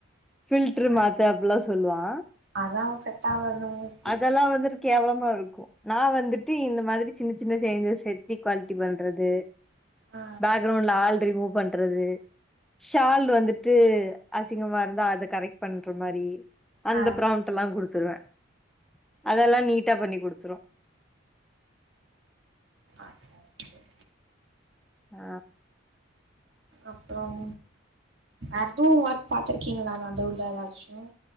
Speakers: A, in the centre; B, on the right.
A: ஃபில்ட்ரு
B: ஆ
A: மாத்து அப்டிலா சொல்லுவா
B: அதா செட் ஆவாது நம்மளுக்கு
A: அதல்லா வந்துட்டு கேவலமா இருக்கு நா வந்துட்டு இந்த மாதிரி சின்ன சின் சின்ன சேஞ்சஸ் எப்டி குவாலிட்டி பண்றது
B: ஆ
A: பேக்ரௌண்ட்ல ஆள் ரிமூவ் பண் ட்ரது ஷால் வந்துட்டு அசிங்கமா இருந்தா அத கரெக்ட் பண்ற மாரி அந்த
B: ஆ
A: பிரவுன் எல்லாம் கொடுத்துருவேன் அதெல்லாம் நீட்டா பண்ணி கொடுத்துரு
B: அது <unintelligible>
A: ஆ
B: அப்புறம் அது ஒர்க் பார்த்திருக்கீங்களா நடுவுல ஏதாச்சும்